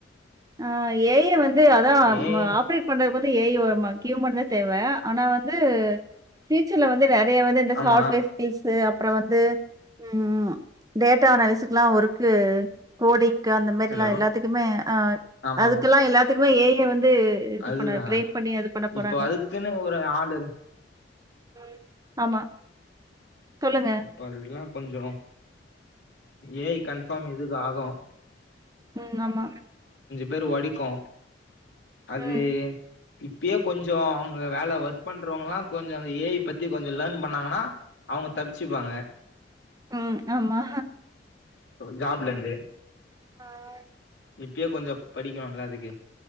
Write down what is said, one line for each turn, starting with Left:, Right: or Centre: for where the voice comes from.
Right: ஆ ஏஐ வந்து அதா
Left: ஏ
Right: உம்
Left: ஐ
Right: ஆபரேட் பண்றது பத் து ஏஐ வ மக்கியமான தேவை ஆனா வந்து ஃபீச்சர்ல வந்து நெறைய வந்து இந்த
Left: ஆமா
Right: சாப்ட்வேர் ஸ்கில்ஸ்சு அப் அப்புறோ வந்து உம் டேட்டா அனாலிஸ்சு லா ஒர்கு கோடிங் க்கு அந்த மாரி
Left: ஹலோ
Right: எல்லா எல்லாத்துக்குமே ஆ
Left: ஆமா
Right: அதுக்கெல்லா
Left: ஆமா
Right: எல்லாத்துக் உ ஏ கே வந்து இது
Left: அதுதான்
Right: பண்ண ட்ரை பண்ணி அது பண்ண போறாங்க
Left: இப்போ அதுக்குன்னு ஒரு ஆள் இரு
Right: உம் ஆமா சொல்லுங்க
Left: பருகில்லா கொஞ்சோ ஏஐ கன்பாம் இதுதா ஆகு
Right: உம் ஆமா
Left: பேரு வடிக்கு அது
Right: ம்
Left: இப்பயே கொஞ்சோ அவுங்க வேல ஒர்க் பண்றவங்களா கொஞ்சோ அந்த ஏ ஐ பத்தி கொஞ்சோ லேர்ன் பண்ணாங்கனா அவுங்க தப்பிச்சுப்பாங்க
Right: உம் ஆமா
Left: ஜாப் ல இண்டு
Right: ஆஹ்
Left: இப்யே கொஞ்சோ படிக்கணு ல அதுக்கு